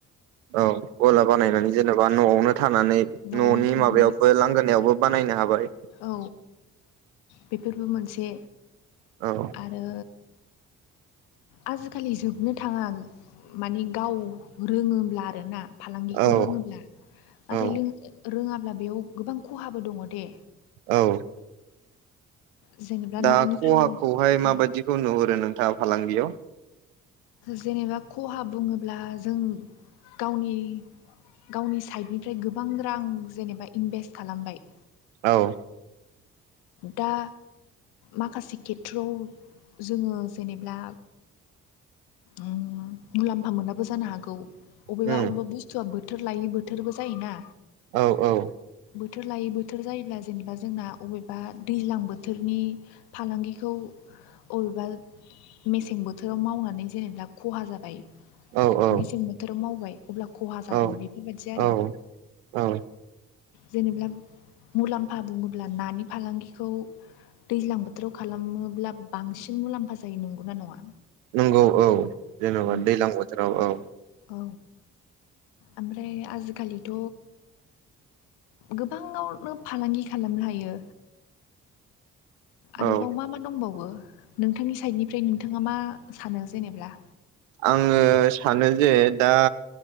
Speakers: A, on the right (about 80°); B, on the left (about 70°).
A: औ गला बानायनानै जेनेबा न'आवनो थानानै
B: न'आव
A: न'नि
B: थानानै
A: माबायावबो लांगोनायावबो बानाय नो हाबाय।
B: औ बेफोरबो मोनसे।
A: औ
B: आरो आजिखालि जोबनो थाङा माने गाव रोङोब्ला आरोना। फालांगिखौ
A: औ
B: रोङोब्ला नाथाय
A: औ
B: लों रोङाब्ला बेयाव गोबां खहाबो दङ दे।
A: औ
B: जेनेबा
A: दा
B: नानि
A: खहाखौहाय
B: फालां ओ
A: माबायदिखौ नुहुरो नोंथाङा फालांगियाव?
B: जेनेबा खहा बुङोब्ला जों गावनि गावनि साइडनिफ्राय गोबां रां जेनेबा इनभेस्ट खालामबाय
A: औ
B: दा माखासे खेथ्रआव जोङो जेनेब्ला उम मुलाम्फा मोनाबो जानो हागौ। अबेबा
A: उम
B: अबेबा बुस्थुआ बोथोर लायि बोथोरबो जायोना।
A: औ औ
B: बोथोर लायै बोथोर जायोब्ला जेनेबा जोंना अबे बा दैज्लां बोथोरनि फालांगिखौ अबेबा मेसें बोथोराव मावनानै जेनेबा खहा जाबाय।
A: औ औ
B: मेसें बोथोराव मावबाय अब्ला खहा जागोन
A: औ
B: बेफोरबायदि आरो।
A: औ औ
B: जेनेबा मुलाम्फा बुङोब्ला नानि फालांगिखौ दैज्लां बोथोराव खालामोब्ला बांसिन मुलाम्फा जायो नंगौना नङा?
A: नंगौ औ जेनेबा
B: उम
A: दै्लां बोथोराव औ।
B: औ ओमफ्राय आजिखालिथ' गोबाङावनो फालांगि खालामनो हायो। आरोबाव
A: औ
B: मा मा दंबावो? नोंथांनि साइडनिफ्राय नोंथाङा मा सानो जेनेब्ला?
A: आङो सानो जे दा